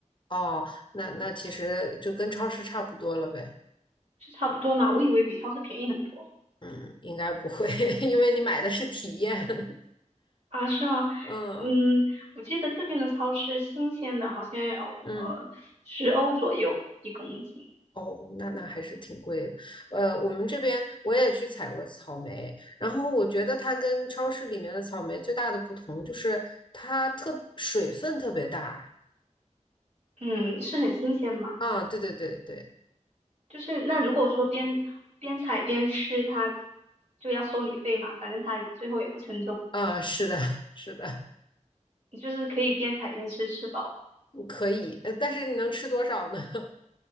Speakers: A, on the left; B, on the right.
A: 哦，那那其实就跟超市差不多了呗。
B: 是差不多嘛？我以为比超市便宜很多
A: 嗯，应该不会，<laughs> 因为你买的是体验。<laughs>
B: 啊，是吗？
A: 嗯
B: 嗯，我记得这边的超市新鲜的好像要呃十欧左右一公斤，
A: 嗯，哦，那那还是挺贵的。呃，我们这边我也去采过草莓，然后我觉得它跟超市里面的草莓最大的不同就是它特水分特别大。
B: 嗯，是很新鲜吗？
A: 啊，对对对对，
B: 就是那如果说边边采边吃，它就要收你费嘛，反正它最后也不称重，
A: 啊，是的，是的，
B: 你就是可以边采边吃，吃饱。
A: 可以，呃，但是你能吃多少呢？<laughs>